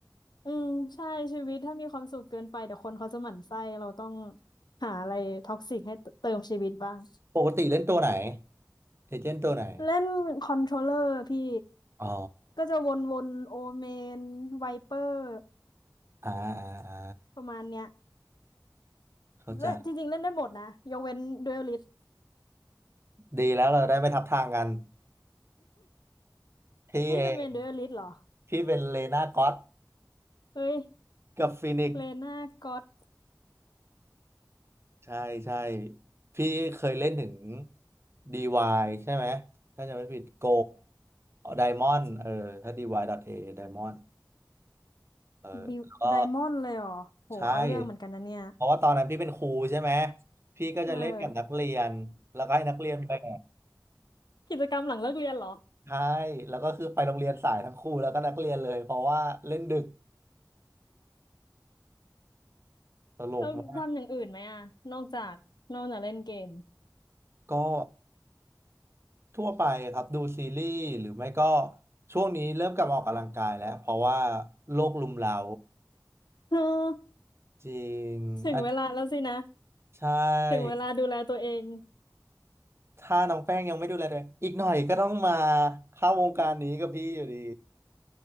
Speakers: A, on the left (about 75°); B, on the right (about 35°).
A: อืมใช่ชีวิตถ้ามีความสุขเกินไปเดี๋ยวคนเขาจะหมั่นไส้เราต้องหาอะไรท็อกซิกให้เติมชีวิตบ้าง
B: ปกติเล่นตัวไหนเอเจนต์ตัวไหน
A: เล่นคอนโทรลเลอร์พี่
B: อ๋อ
A: ก็จะวนๆโอเมนไวเปอร์
B: อ่าอ่าอ่า
A: ประมาณเนี้ย
B: เข้าใจ
A: และจริงๆเล่นได้หมดนะยกเว้นดูอลิส
B: ดีแล้วเราได้ไม่ทับทางกัน พี่เอง
A: นี่เป็นเวนดูอลลิสเหรอ
B: พี่เป็นเลน่าก็อต
A: เฮ้ย
B: กับฟินิกซ์
A: เลน่าก็อต
B: ใช่ใช่ พี่เคยเล่นถึง DY ใช่ไหม ถ้าจะไม่ผิดโกไดมอนเออถ้า dy.a ไดมอนเออแล้วก็
A: ดิไดมอนด์เลยเหรอโหเอาเรื่องเหมือนกันนะเนี่ย
B: ใช่เพราะว่าตอนนั้นพี่เป็นครูใช่ไหมพี่ก็จะเล่นกับนักเรียนแล้วก็ให้นักเรียนแบก
A: เออกิจกรรมหลังเลิกเรียนเหรอ
B: ใช่แล้วก็คือไปโรงเรียนสายทั้งครูแล้วก็นักเรียนเลยเพราะว่าเล่นดึกตลกมาก
A: เราทำอย่างอื่นไหมอะนอกจากนอกจากเล่นเกม
B: ก็ทั่วไปครับดูซีรีส์หรือไม่ก็ช่วงนี้เริ่มกลับมาออกกำลังกายแล้วเพราะว่าโรครุมเร้า
A: <laughs> เออ
B: จริงอัน
A: ถึงเวลาแล้วสินะ
B: ใช่
A: ถึงเวลาดูแลตัวเอง
B: ถ้าน้องแป้งยังไม่ดูแลเลยอีกหน่อยก็ต้องมาเข้าวงการนี้กับพี่อยู่ดี